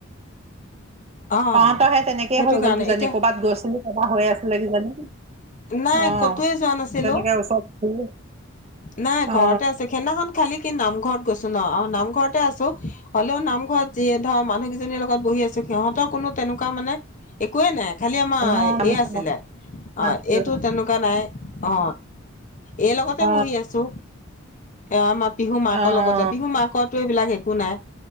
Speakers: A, on the left (about 40°); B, on the right (about 30°).
A: অ
B: তহঁতৰ হে তেনেকেই
A: সেইটো
B: হৈ
A: কাৰণে
B: গ'ল কিজানি
A: এতিয়া
B: কৰ'বাত গৈছিলি কাবাৰ হৈ আছিলে কিজানি
A: নাই
B: অহ
A: ক'তোৱে যোৱা নাছিলো
B: তেনেকে ওচৰত
A: নাই
B: অ
A: ঘৰতে আছে সেদিনাখন খালি সি নামঘৰত, গৈছো ন অ নামঘৰতে আছো হলেও নামঘৰত যি ধৰ মানুহ কেইজনীৰ লগত বহি আছো সিহঁতৰ কোনো তেনেকোৱা মানে একোৱেই নাই খালি আমাৰ
B: মানুহ
A: এই আছিলে
B: নাছিলে
A: অ এইটো তেনেকোৱা নাই অ এই লগতে
B: অ,
A: বহি আছো। এ আমাৰ পিহু মাকৰ
B: অ, অ,
A: লগতে পিহু মাকটো এইবিলাক একো নাই।